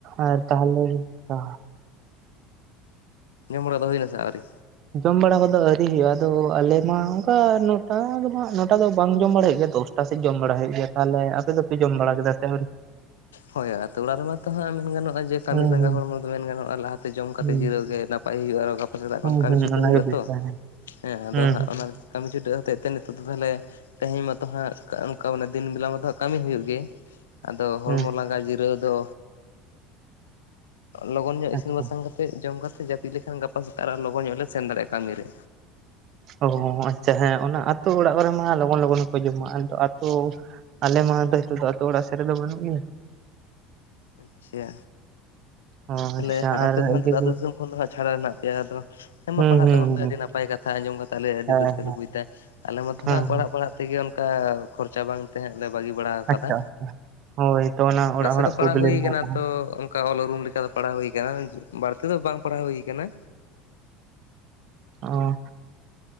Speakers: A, on the right; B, on the left.
A: ᱟᱨ ᱛᱟᱦᱚᱞᱮ ᱛᱚ
B: ᱡᱚᱢᱚᱱ ᱟᱫᱚ ᱦᱩᱭᱮᱱᱟ ᱥᱮ ᱟᱹᱣᱨᱤ?
A: ᱡᱚᱢ ᱵᱟᱲᱟ ᱠᱚᱫᱚ ᱟᱹᱣᱨᱤ ᱦᱩᱭᱩᱜᱼᱟ ᱟᱫᱚ ᱟᱞᱮ ᱢᱟ ᱚᱝᱠᱟ ᱱᱚᱴᱟ ᱫᱚ ᱦᱟᱜ ᱱᱚᱴᱟ ᱫᱚ ᱵᱟᱝ ᱡᱚᱢ ᱵᱟᱲᱟ ᱦᱩᱭᱩᱜ ᱜᱮᱭᱟ ᱫᱚᱥ ᱴᱟ ᱥᱮᱜ ᱡᱚᱢ ᱵᱟᱲᱟ ᱦᱩᱭᱩᱜ ᱜᱮᱭᱟ ᱛᱟᱦᱮ ᱟᱯᱮ ᱫᱚᱯᱮ ᱡᱚᱢ ᱵᱟᱲᱟ ᱠᱮᱫᱟ ᱥᱮ ᱟᱹᱣᱨᱤ?
B: ᱦᱳᱭ ᱟᱛᱳ ᱚᱲᱟᱜ ᱨᱮᱢᱟᱛᱚ ᱦᱟᱸᱜ ᱢᱮᱱ ᱜᱟᱱᱚᱜᱼᱟ ᱡᱮ ᱠᱟᱹᱢᱤ
A: ᱦᱮᱸ
B: ᱞᱟᱸᱜᱟ
A: ᱦᱮᱸ
B: ᱦᱚᱲᱢᱚ ᱫᱚ ᱢᱮᱱ ᱜᱟᱱᱚᱜᱼᱟ ᱞᱟᱦᱟᱛᱮ ᱡᱚᱢ ᱠᱟᱛᱮ
A: ᱦᱩᱸ
B: ᱡᱤᱨᱟᱹᱣ ᱜᱮ ᱱᱟᱯ ᱱᱟᱯᱟᱭ ᱦᱩᱭᱩᱜᱼᱟ ᱟᱨᱚ ᱜᱟᱯᱟ ᱥᱮᱫᱟᱜ
A: ᱦᱩᱸ
B: ᱠᱷᱚᱱ ᱠᱟᱹᱢᱤ
A: ᱦᱩᱸ
B: ᱪᱷᱩᱴᱟᱹᱣ
A: ᱚᱱᱟᱜᱮ
B: ᱦᱩᱭᱩᱜᱼᱟ
A: ᱵᱮᱥ
B: ᱛᱚ
A: ᱦᱮᱸ
B: ᱦᱮᱸ ᱟᱫᱚ
A: ᱦᱩᱸ
B: ᱦᱟᱸᱜ ᱚᱱᱟ ᱠᱟᱹᱢᱤ ᱪᱷᱩᱴᱟᱹᱣ ᱦᱚᱛᱮᱜ ᱛᱮ ᱱᱤᱛᱚᱜ ᱫᱚ ᱛᱟᱦᱚᱞᱮ ᱛᱮᱦᱮᱧ ᱢᱟᱛᱚ ᱦᱟᱸᱜ ᱚᱱᱠᱟ ᱚᱱᱠᱟ ᱢᱟᱱᱮ ᱫᱤᱱ ᱵᱮᱞᱟ ᱢᱟᱛᱚ ᱦᱟᱸᱜ ᱠᱟᱹᱢᱤ ᱦᱩᱭᱩᱜ ᱜᱤ ᱟᱫᱚ ᱦᱚᱲᱢᱚ
A: ᱦᱩᱸ
B: ᱞᱟᱸᱜᱟ ᱡᱤᱨᱟᱹᱣ ᱫᱚ ᱞᱚᱜᱚᱱ ᱧᱚᱜ
A: ᱟᱪᱪᱷᱟ
B: ᱤᱥᱤᱱ ᱵᱟᱥᱟᱝ ᱠᱟᱛ ᱛᱮᱫ ᱡᱚᱢ ᱠᱟᱛᱮᱜ ᱡᱟᱹᱯᱤᱫ ᱞᱮᱠᱷᱟᱱ ᱜᱟᱯᱟ ᱥᱮᱛᱟᱜ ᱟᱨ ᱞᱚᱜᱚᱱ ᱧᱚᱜ ᱞᱮ ᱥᱮᱱ ᱫᱟᱲᱮᱭᱟᱜ ᱠᱟᱹᱢᱤ ᱨᱮ
A: ᱚ ᱦᱚᱸ ᱦᱚᱸ ᱟᱪᱪᱷᱟ ᱦᱮᱸ ᱚᱱᱟ ᱟᱹᱛᱳ ᱚᱲᱟᱜ ᱠᱚᱨᱮ ᱢᱟ ᱞᱚᱜᱚᱱ ᱞᱚᱜᱚᱱ ᱜᱮᱠᱚ ᱡᱚᱢᱟ ᱟᱫᱚ ᱟᱹᱛᱳ ᱟᱞᱮ ᱢᱟ ᱟᱫᱚ ᱱᱤᱛᱚᱜ ᱫᱚ ᱟᱛᱳ ᱚᱲᱟᱜ ᱥᱮᱫ ᱨᱮᱫᱚ ᱵᱟᱹᱱᱩᱜ ᱜᱮᱭᱟ᱾
B: ᱟᱪᱪᱷᱟ
A: ᱚ
B: ᱛᱟᱦᱞᱮ
A: ᱟᱪᱪᱷᱟ ᱟᱨ
B: ᱟᱯᱮ ᱫᱚ ᱦᱟᱸᱜ
A: ᱤᱭᱟᱹ
B: ᱱᱤᱛᱚᱜ ᱫᱚ ᱟᱹᱛᱳ ᱫᱤᱥᱚᱢ ᱠᱷᱚᱱ ᱫᱚ ᱦᱟᱸᱜ ᱪᱷᱟᱲᱟ ᱨᱮ ᱦᱮᱱᱟᱜ ᱯᱮᱭᱟ ᱟᱫᱚ ᱦᱮᱸ
A: ᱦᱩᱸ
B: ᱢᱟ ᱯᱟᱲᱦᱟᱜ
A: ᱦᱩᱸ
B: ᱛᱟᱵᱚᱱᱯᱮ
A: ᱦᱩᱸ
B: ᱟᱹᱰᱤ ᱱᱟᱯᱟᱭ ᱠᱟᱛᱷᱟ ᱟᱸᱡᱚᱢ ᱠᱟᱛᱮᱜ ᱟᱞᱮ ᱟᱹᱰᱤ
A: ᱦᱮᱸ
B: ᱨᱟᱹᱥᱠᱟᱹ ᱞᱮ ᱵᱩᱡ ᱫᱟ ᱟᱞᱮ ᱢᱟᱛᱚ
A: ᱦᱮᱸ
B: ᱦᱟᱸᱜ ᱯᱟᱲᱦᱟᱜ ᱯᱟᱲᱦᱟᱜ ᱛᱮᱜᱮ ᱚᱱᱠᱟ ᱠᱷᱚᱨᱪᱟ ᱵᱟᱝ ᱛᱟᱦᱮᱸᱜ ᱞᱮ ᱵᱟᱹᱜᱤ ᱵᱟᱲᱟᱣ
A: ᱟᱪᱪᱷᱟ
B: ᱠᱟᱫᱟ
A: ᱦᱳᱭ ᱛᱚ ᱚᱱᱟ ᱚᱲᱟᱜ
B: ᱱᱟᱥᱮ
A: ᱦᱚᱲᱟᱜ
B: ᱫᱚ
A: ᱯᱨᱚᱵᱞᱮᱢ
B: ᱯᱟᱲᱦᱟᱣ ᱦᱩᱭ
A: ᱢᱟ
B: ᱠᱟᱱᱟ
A: ᱛᱟᱦᱮᱱ
B: ᱛᱚ ᱚᱱᱠᱟ ᱚᱞ ᱩᱨᱩᱢ ᱞᱮᱠᱟ ᱫᱚ ᱯᱟᱲᱦᱟᱣ ᱦᱩᱭ ᱠᱟᱱᱟ ᱵᱟᱹᱲᱛᱤ ᱫᱚ ᱵᱟᱝ ᱯᱟᱲᱦᱟᱣ ᱦᱩᱭ ᱠᱟᱱᱟ᱾
A: ᱚ